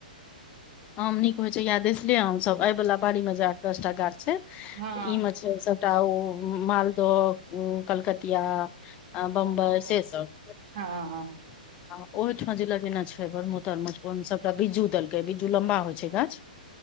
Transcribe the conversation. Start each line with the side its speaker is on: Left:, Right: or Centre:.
Left: आम नीक होइ छै यैला आम सभ अय वाला बाड़ीमे जे आठ दस टा गाछ छै,
Right: हँ
Left: ईमे छै सभ टाउ मालदह कलकतिया बम्बई
Right: हँ
Left: सँ सभ
Right: हँ
Left: आ ओहिठाम जे लगेना छै बरु मे सभटा बिज्जू देलकै बिज्जू लम्बा होइ छै गाछ